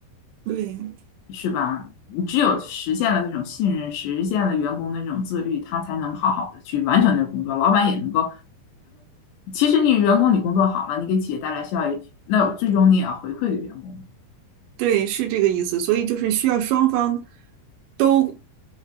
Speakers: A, on the right; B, on the left.
A: 对
B: 是吧？你只有实现了这种信任，实现了员工的这种自律，他才能好好的去完成这个工作，老板也能够。其实你员工你工作好了，你给企业带来效益，那最终你也要回馈给员工。
A: 对，是这个意思。所以就是需要双方都